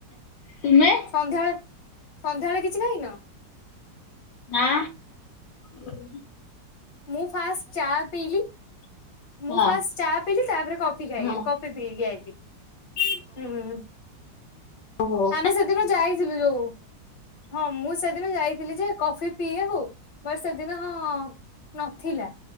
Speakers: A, on the left; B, on the left.
A: ତୁମେ?
B: ସନ୍ଧ୍ୟାବେଳେ ସନ୍ଧ୍ୟାବେଳେ କିଛି ଖାଇଁନ?
A: ନା। ହୁଁ।
B: ମୁଁ ଫାଷ୍ଟ ଚା ପିଇଲି ମୁଁ
A: ହଁ
B: ଫାଷ୍ଟ ଚା ପିଇଲି ତାପରେ କଫି ଖାଇବିି
A: ହଁ।
B: କ ଫି ପିଇକି ଆଇଲି।
A: ଓହୋ।
B: ଆମେ ସେଦିନ ଯାଇଥିଲୁ ଯୋଉ ହଁ ମୁଁ ସେଦିନ ଯାଇଥିଲିଯେ କଫି ପିଇବାକୁ ବଟ୍ ସେଦିନ ନଥିଲା